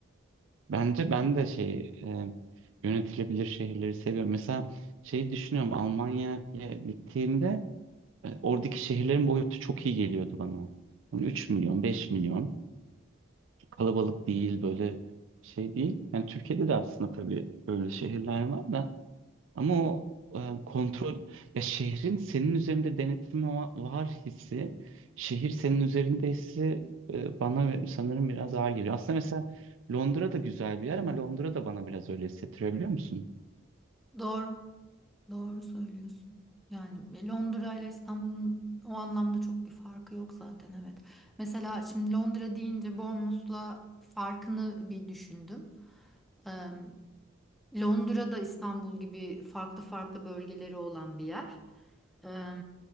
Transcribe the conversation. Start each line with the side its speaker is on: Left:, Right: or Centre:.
Right: Bence ben de şey e, yönetilebilir şehirleri seviyorum. Mesela şeyi düşünüyorum Almanya'ya gittiğimde e, oradaki şehirlerin boyutu çok iyi geliyordu bana. Yani 3 milyon, 5 milyon. kalabalık değil böyle şey değil. Yani Türkiye'de de aslında tabii öyle şehirler var da ama o e, kontrol ya şehrin senin üzerinde denetim va- var hissi şehir senin üzerinde hissi e, bana ve- sanırım biraz ağır geliyor. Aslında mesela Londra da güzel bir yer ama Londra da bana biraz öyle hissettiriyor biliyor musun?
Centre: Doğru, doğru söylüyorsun. Yani e, Londra ile İstanbul'un o anlamda çok bir farkı yok zaten evet. Mesela şimdi Londra deyince Bournemouth'la farkını bir düşündüm. Em, Londra da İstanbul gibi farklı farklı bölgeleri olan bir yer. Ee,